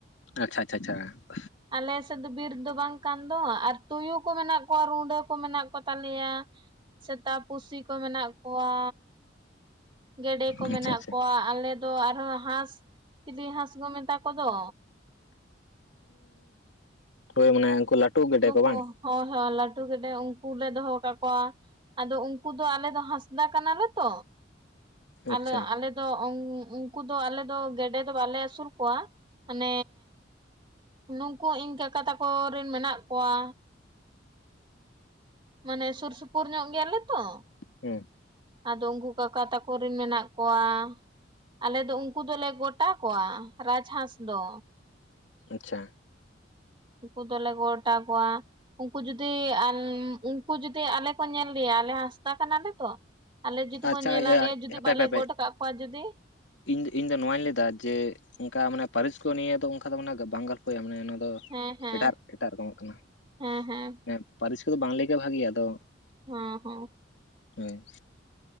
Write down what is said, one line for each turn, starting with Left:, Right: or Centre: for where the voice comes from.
Left: ᱟᱪᱪᱷᱟ ᱟᱪᱪᱷᱟ ᱟᱪᱪᱷᱟ ᱾
Right: ᱟᱞᱮ ᱥᱮᱫ ᱫᱚ ᱵᱤᱨ ᱫᱚ ᱵᱟᱝ ᱠᱟᱱ ᱫᱚ ᱟᱨ ᱛᱩᱭᱩ ᱠᱚ ᱢᱮᱱᱟᱜ ᱠᱚᱣᱟ ᱨᱩᱸᱰᱟᱹ ᱠᱚ ᱢᱮᱱᱟᱜ ᱠᱚᱛᱟᱞᱮᱭᱟ ᱥᱮᱛᱟ, ᱯᱩᱥᱤ ᱠᱚ ᱢᱮᱱᱟᱜ ᱠᱚᱣᱟ ᱜᱮᱰᱮ ᱠᱚ
Left: ᱟᱪᱪᱷᱟ
Right: ᱢᱮᱱᱟᱜ
Left: ᱟᱪᱪᱷᱟ
Right: ᱠᱚᱣᱟ ᱟᱞᱮ ᱫᱚ ᱟᱨᱦᱚᱸ ᱦᱟᱸᱥ ᱪᱤᱞᱤ ᱦᱟᱸᱥ ᱠᱚ ᱢᱮᱛᱟ ᱠᱚᱫᱚ?
Left: ᱦᱳᱭ ᱢᱟᱱᱮ ᱩᱱᱠᱩ ᱞᱟᱹᱴᱩ ᱜᱮᱰᱮ
Right: ᱱᱩᱠᱩ
Left: ᱠᱚ ᱵᱟᱝ
Right: ᱦᱳᱭ ᱦᱳᱭ ᱞᱟᱹᱴᱩ ᱜᱮᱰᱮ ᱩᱱᱠᱩ ᱞᱮ ᱫᱚᱦᱚ ᱠᱟᱫ ᱠᱚᱣᱟ ᱾ ᱟᱫᱚ ᱩᱱᱠᱩ ᱫᱚ ᱟᱞᱮ ᱫᱚ ᱦᱟᱸᱥᱫᱟ ᱠᱟᱱᱟᱞᱮ ᱛᱚ ᱾ ᱟᱞᱮ
Left: ᱟᱪᱪᱷᱟ
Right: ᱟᱞᱮ ᱫᱚ ᱩᱱᱠᱩ ᱫᱚ ᱟᱞᱮ ᱫᱚ ᱜᱮᱰᱮ ᱫᱚ ᱵᱟᱞᱮ ᱟᱹᱥᱩᱞ ᱠᱚᱣᱟ ᱢᱟᱱᱮ ᱱᱩᱠᱩ ᱤᱧ ᱠᱟᱠᱟ ᱛᱟᱠᱚ ᱨᱮᱱ ᱢᱮᱱᱟᱜ ᱠᱚᱣᱟ ᱢᱟᱱᱮ ᱥᱩᱨ ᱥᱩᱯᱩᱨ ᱧᱚᱜ ᱜᱮᱭᱟᱞᱮ ᱛᱚ
Left: ᱦᱩᱸ
Right: ᱟᱫᱚ ᱩᱱᱠᱩ ᱠᱟᱠᱟ ᱛᱟᱠᱚ ᱨᱮᱱ ᱢᱮᱱᱟᱜ ᱠᱚᱣᱟ ᱟᱞᱮ ᱫᱚ ᱩᱱᱠᱩ ᱫᱚᱞᱮ ᱜᱚᱴᱟ ᱠᱚᱣᱟ ᱨᱟᱡᱽ ᱦᱟᱸᱥ ᱫᱚ
Left: ᱟᱪᱪᱷᱟ
Right: ᱩᱱᱠᱩ ᱫᱚᱞᱮ ᱜᱚᱴ ᱟᱠᱚᱣᱟ ᱩᱱᱠᱩ ᱡᱩᱫᱤ ᱩᱱᱠᱩ ᱡᱩᱫᱤ ᱟᱞᱮ ᱠᱚ ᱧᱮᱞ ᱞᱮᱭᱟ ᱟᱞᱮ ᱦᱟᱸᱥᱫᱟ ᱠᱟᱱᱟᱞᱮ ᱛᱚ ᱟᱞᱮ ᱡᱩᱫᱤ
Left: ᱟᱪᱪᱷᱟ
Right: ᱠᱚ ᱧᱮᱞ ᱟᱞᱮᱭᱟ ᱡᱩᱫᱤ
Left: ᱦᱟᱯᱮ
Right: ᱵᱟᱞᱮ
Left: ᱦᱟᱯᱮ ᱦᱟᱯᱮ
Right: ᱜᱚᱰ ᱠᱟᱜ ᱠᱚᱣᱟ ᱡᱩᱫᱤ
Left: ᱤᱧ ᱤᱧ ᱫᱚ ᱱᱚᱣᱟᱧ ᱞᱟᱹᱭ ᱫᱟ ᱡᱮ ᱚᱱᱠᱟ ᱢᱟᱱᱮ ᱯᱟᱹᱨᱤᱥ ᱠᱚ ᱱᱤᱭᱟᱹ ᱫᱚ ᱚᱱᱠᱟ ᱫᱚ ᱚᱱᱟ ᱵᱟᱝ ᱦᱳᱭ ᱢᱟᱱᱮ ᱚᱱᱟ ᱫᱚ
Right: ᱦᱮᱸ ᱦᱮᱸ
Left: ᱮᱰᱟᱨ ᱮᱴᱟᱜ ᱨᱚᱠᱚᱢᱚᱜ ᱠᱟᱱᱟ
Right: ᱦᱮᱸ ᱦᱮᱸ
Left: ᱮᱸ ᱯᱟᱹᱨᱤᱥ ᱠᱚᱫᱚ ᱵᱟᱝ ᱞᱟᱹᱭ ᱜᱮ ᱵᱷᱟᱜᱮᱭᱟ ᱟᱫᱚ
Right: ᱦᱮᱸ ᱦᱚᱸ
Left: ᱦᱳᱭ